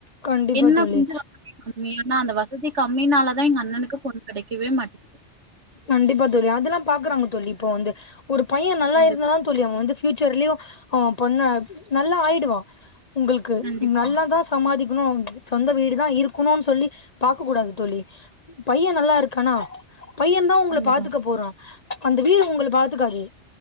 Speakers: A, on the left (about 40°); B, on the right (about 80°).
A: கண்டிப்பா
B: என்ன
A: தோழி
B: கொஞ்சோ வசதி கம்மி ஆனா அந்த வசதி கம்மினாலதா எங்க அண்ணனுக்கு பொண்ணு கிடைக்கவே மாட்டிக்குது
A: கண்டிப்பா தோழி அதெல்லா பாக்குறாங்க தோழி இப்போ வந்து ஒரு பையே நல்லா
B: கண்டிப்பா
A: இருந்தாலான் தோழி அவுங்க வந்து ஃபூச்சர்லயு அவன் பொண்ணு நல்லா ஆயிடுவான் உங்களுக்கு
B: கண்டிப்பா
A: நல்ல தா சமாதிக்கணு சொந்த வீடுதா இருக்கணும்னு சொல்லி பாக்க கூடாது தோழி பையே நல்லாருக்கானா பையன் தா உங்கள
B: கண்டிப்பா
A: பாத்துக்க போறா அந்த வீடு உங்கள பாத்துக்காது